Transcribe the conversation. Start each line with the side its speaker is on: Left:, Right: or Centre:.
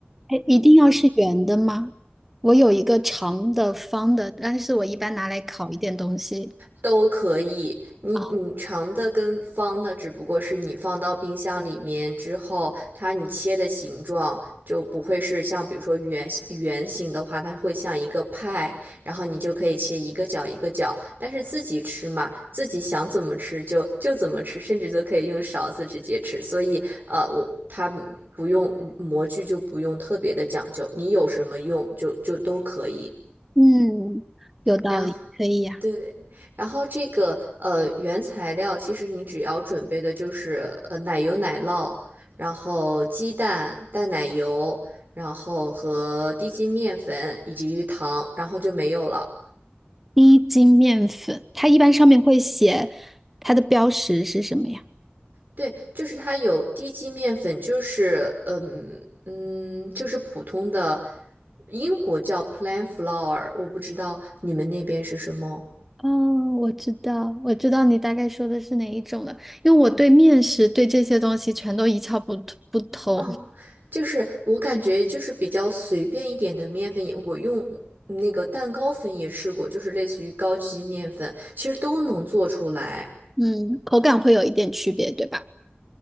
Centre: 哎，一定要是圆的吗？我有一个长的、方的，但是我一般拿来烤一点东西
Right: 都可以，你你长的跟方的，
Centre: 啊。
Right: 只不过是你放到冰箱里面之后，它你切的形状就不会是像比如说圆圆形的话，它会像一个派，然后你就可以切一个角一个角。但是自己吃嘛，自己想怎么吃就就怎么吃，甚至都可以用勺子直接吃。所以呃，我它不用嗯模具就不用特别的讲究，你有什么用就就都可以。
Centre: 嗯，有道理，
Right: 然后。
Centre: 可以呀、
Right: 对，然后这个呃原材料，其实你只要准备的就是呃奶油、奶酪，然后鸡蛋、淡奶油，然后和低筋面粉以及鱼糖，然后就没有了。
Centre: 低筋面粉，它一般上面会写它的标识是什么呀？
Right: 对，就是它有低筋面粉，就是嗯嗯，就是普通的英国叫 plain flour，我不知道你们那边是什么。
Centre: 哦，我知道，我知道你大概说的是哪一种了，因为我对面食对这些东西全都一窍不不通。
Right: 哦，就是我感觉就是比较随便一点的面粉也，我用那个蛋糕粉也试过，就是类似于高级面粉，其实都能做出来，
Centre: 嗯，口感会有一点区别，对吧？